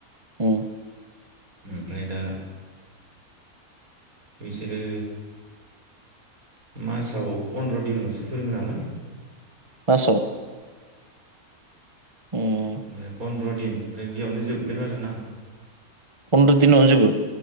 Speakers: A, on the right (about 20°); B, on the right (about 65°).
A: उम
B: ओमफ्राय दा बिसोरो मासाव पन्द्र' दिनल'सो फोरोङो नालाय।
A: मासाव। उम
B: ओफ्राय फन्द्र'नि दिन ओमफ्राय बेयावनो जोबगोन आरो ना
A: फन्द्र' दिनावनो जोबो